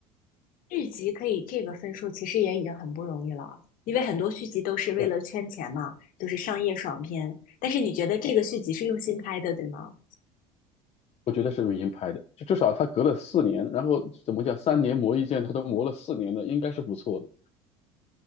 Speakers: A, on the left; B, on the left.
A: 续集可以这个分数，其实也已经很不容易了，因为很多续集都是为了圈钱嘛，
B: 对，
A: 就是商业爽片。但是你觉得这个续集是用心拍的，对吗？
B: 我觉得是明星拍的，就至少他隔了四年，然后怎么讲，三年磨一剑，他都磨了四年了，应该是不错的。